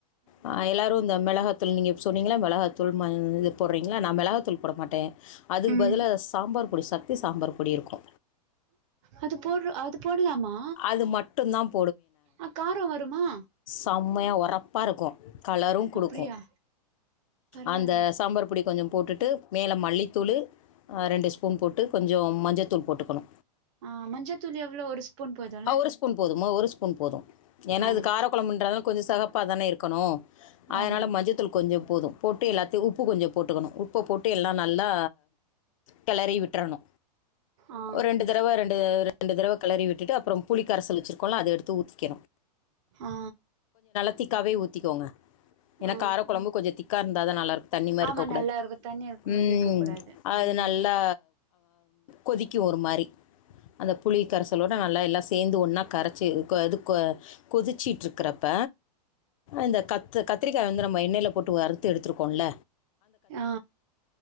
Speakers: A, on the left (about 50°); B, on the right (about 45°).
A: ஆ எல்லாரும் இந்த மெழக தோழி நீங்க இப்ப சொன்னீங்ளா மொளகா தூள் மஞ் போடுறீங்கள்ள நா மிளகாத்தூள் போட மாட்டேன் அதுக்கு
B: ம்
A: பதிலா சாம்பார் பொடி சக்தி சாம்பார் பொடி இருக்கு
B: அது போடுறோ அது போடலாமா
A: அது மட்டும்தான்
B: அ காரோ ம்மா
A: செம்மையா உரப்பா இருக்கு கலரூ குடுக்கு
B: அப்டியா பரவால்ல
A: அந்த சாம்பார் பொடி கொஞ்சம் போட்டுட்டு மேல மல்லி துளிர் ரெண்டு ஸ்பூன் போட்டு கொஞ் சோ மஞ்சத்தூள் போட்டுக்கணு
B: ஆ மஞ்சத்தூள் எவ்ளோ ஒரு ஸ்பூன் போதுல்ல
A: ஆ, ஒரு ஸ்பூன் போதுமா ஒரு ஸ்பூன் போது ஏனா
B: ஆ
A: இது காரக்கொழம்புன்றனால கொஞ்சோ சிவப்பா தானே இருக்கணு அதனால
B: ஆமா
A: மஞ்சத்தூள் கொஞ்சோ போது போட்டு எல்லாத்தையு உப்பு கொஞ்சோ போட்டுக்கணு உப்ப போட்டு எல்லா நல்லா கிளறி விட்டறணு
B: ஆ
A: ஒரு ரெண்டு தறவ ரெண்டு ரெண்டு தறவ கிளறி விட்டுட்டு அப்புறம் புலி கரல் வெச்சிரு கொல்ல அத எடுத்து ஊத்திக்கணு
B: ஆ
A: த்திக்காவே ஊத்திக்கோங்க ஏனா
B: ஆ
A: கார கொழம்பு கொஞ்சோ திக்கா இருந்தா நல்லா இருக்கு தண்ணி மாரி
B: ஆமா
A: இருக்க கூடாது
B: நல்லா இருக்கு தண்ணி இருக்குமே
A: ம்
B: இருக்க கூடாது
A: அது
B: ம்
A: நல்லா கொதிக்கு ஒரு மாரி அந்த புளி கரைசலோட நல்லா எல்லா சேந்து ஒன்னா கரச்சு கொ இது கொ கொதிச்சிட்டுருக்கறப்ப இந்த கத் கத்திரிக்கா வந்து நம்ம எண்ணெய்ல போட்டு வறுத்து எடுத்துருக்கோல்ல
B: ஆ